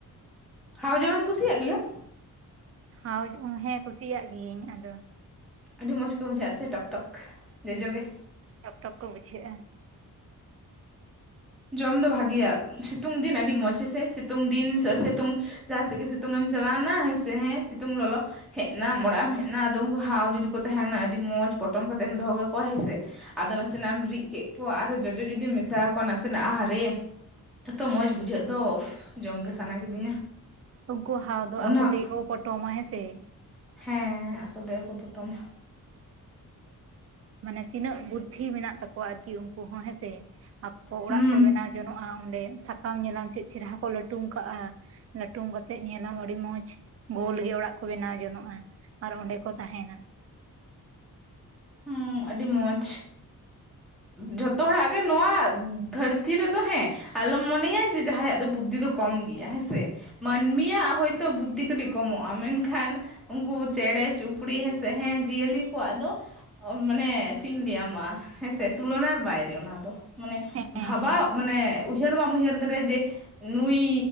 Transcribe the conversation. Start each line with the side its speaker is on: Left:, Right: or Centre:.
Centre: ᱦᱟᱣ ᱡᱚᱢᱮᱢ ᱠᱩᱥᱤᱭᱟᱜ ᱜᱮᱭᱟ
Right: ᱦᱟᱣ ᱦᱮᱸ ᱠᱩᱥᱤᱭᱟᱜ ᱜᱤᱭᱟᱹᱧ ᱟᱫᱚ
Centre: ᱟᱹᱰᱤ ᱢᱚᱡᱽ ᱠᱚ ᱵᱩᱡᱷᱟᱹᱜᱼᱟ ᱥᱮ ᱴᱚᱠ ᱴᱚᱠ ᱡᱚᱡᱚ ᱜᱮ
Right: ᱴᱚᱠ ᱴᱚᱠ ᱠᱚ ᱵᱩᱡᱷᱟᱹᱜᱼᱟ
Centre: ᱡᱚᱢ ᱫᱚ ᱵᱷᱟᱜᱮᱭᱟ ᱥᱤᱛᱩᱝ ᱫᱤᱱ ᱟᱹᱰᱤ ᱢᱚᱸᱡᱽ ᱦᱮᱸ ᱥᱮ ᱥᱤᱛᱩᱝ ᱫᱤᱱ ᱥᱤᱛᱩᱝᱼᱼ ᱡᱟᱦᱟᱸ ᱥᱮᱛ ᱜᱮ ᱥᱤᱛᱩᱝ ᱮᱢ ᱪᱟᱞᱟᱣ ᱮᱱᱟ ᱦᱮᱸᱥᱮ ᱦᱮᱸ ᱥᱤᱛᱩᱝ ᱞᱚᱞᱚ ᱦᱮᱡ ᱮᱱᱟᱢ ᱚᱲᱟᱜ ᱮᱢ ᱦᱮᱡ ᱮᱱᱟ ᱟᱫᱚ ᱩᱱᱠᱩ ᱦᱟᱣ ᱡᱩᱫᱤ ᱠᱚ ᱛᱟᱦᱮᱸᱱᱟ ᱟᱹᱰᱤ ᱢᱚᱸᱡᱽ ᱯᱚᱴᱚᱢ ᱠᱟᱛᱮᱢ ᱫᱚᱦᱚ ᱠᱟᱠᱚᱣᱟ ᱦᱮᱸᱥᱮ ᱟᱫᱚ ᱱᱟᱥᱮ ᱱᱟᱜ ᱮᱢ ᱨᱤᱫ ᱠᱮᱫ ᱠᱚᱣᱟ ᱟᱨᱚ ᱡᱚᱡᱚ ᱡᱩᱫᱤᱢ ᱢᱮᱥᱟ ᱠᱚᱣᱟ ᱱᱟᱥᱮᱱᱟᱜ ᱥᱮᱱᱟᱜᱼᱟ ᱨᱮ ᱮᱛᱚ ᱢᱚᱡᱽ ᱵᱩᱡᱷᱟᱹᱜ ᱫᱚ ᱡᱚᱢ ᱜᱮ ᱥᱟᱱᱟ ᱠᱤᱫᱤᱧᱟ
Right: ᱩᱱᱠᱩ ᱦᱟᱣ ᱫᱚ
Centre: ᱚᱱᱟ
Right: ᱟᱠᱚ ᱛᱮ ᱜᱮ ᱠᱚ ᱯᱚᱴᱚᱢᱟ ᱦᱮᱸᱥᱮ
Centre: ᱦᱮᱸ ᱟᱠᱚ ᱛᱮᱜᱮ ᱠᱚ ᱯᱚᱴᱚᱢᱟ᱾
Right: ᱢᱟᱱᱮ ᱛᱤᱱᱟᱹᱜ ᱵᱩᱫᱽᱫᱷᱤ ᱢᱮᱱᱟᱜ ᱛᱟᱠᱚᱣᱟ ᱟᱨᱠᱤ ᱩᱱᱠᱩ ᱦᱚᱸ ᱦᱮᱸᱥᱮ ᱟᱠᱚ ᱚᱲᱟᱜ
Centre: ᱦᱩᱸ
Right: ᱠᱚ ᱵᱮᱱᱟᱣ ᱡᱚᱱᱚᱜᱼᱟ ᱚᱸᱰᱮ ᱥᱟᱠᱟᱢ ᱧᱮᱞᱟᱢ ᱪᱮᱫ ᱪᱮᱨᱦᱟ ᱠᱚ ᱞᱟᱹᱴᱩᱢ ᱠᱟᱜᱼᱟ᱾ ᱞᱟᱹᱴᱩᱢ ᱠᱟ ᱠᱟᱛᱮᱫ ᱧᱮᱞᱟᱢ ᱟᱹᱰᱤ ᱢᱚᱸᱡᱽ ᱜᱳᱞ ᱜᱮ ᱚᱲᱟᱜ ᱠᱚ ᱵᱮᱱᱟᱣ ᱡᱚᱱᱚᱜᱼᱟ ᱟᱨ ᱚᱸᱰᱮ ᱠᱚ ᱛᱟᱦᱮᱸᱱᱟ᱾
Centre: ᱦᱩᱸ ᱟᱹᱰᱤ ᱢᱚᱡᱽ᱾ ᱡᱷᱚᱛᱚ ᱦᱚᱲᱟᱜ ᱜᱮ ᱱᱚᱣᱟ ᱫᱷᱟᱹᱨᱛᱤ ᱨᱮᱫᱚ ᱦᱮᱸ ᱟᱞᱚᱢ ᱢᱚᱱᱮᱭᱟ ᱡᱮ ᱡᱟᱦᱟᱸᱭᱟᱜ ᱫᱚ ᱵᱩᱫᱽᱫᱷᱤ ᱫᱚ ᱠᱚᱢ ᱜᱮᱭᱟ ᱦᱮᱸ ᱥᱮ ᱢᱟᱹᱱᱢᱤᱭᱟᱜ ᱦᱚᱭᱛᱳ ᱵᱩᱫᱽᱫᱷᱤ ᱠᱟᱹᱴᱤᱡ ᱠᱚᱢᱚᱜᱼᱟ ᱢᱮᱱᱠᱷᱟᱱ ᱩᱱᱠᱩ ᱪᱮᱬᱮ ᱪᱩᱯᱲᱤ ᱦᱮᱸᱥᱮ ᱡᱤᱭᱟᱹᱞᱤ ᱠᱚᱣᱟᱜ ᱫᱚ ᱢᱟᱱᱮ ᱪᱮᱫ ᱤᱧ ᱞᱟᱹᱭᱟᱢᱟ ᱦᱮᱸᱥᱮ ᱛᱩᱞᱚᱱᱟᱨ ᱵᱟᱭᱨᱮ ᱚᱱᱟᱫᱚ᱾ ᱢᱟᱱᱮ
Right: ᱦᱮᱸ
Centre: ᱵᱷᱟᱵᱟᱣ
Right: ᱦᱮᱸ
Centre: ᱢᱟᱱᱮ ᱩᱭᱦᱟᱹᱨ ᱵᱟᱢ ᱩᱭᱦᱟᱹᱨ ᱫᱟᱨᱮ ᱡᱮ ᱱᱩᱭ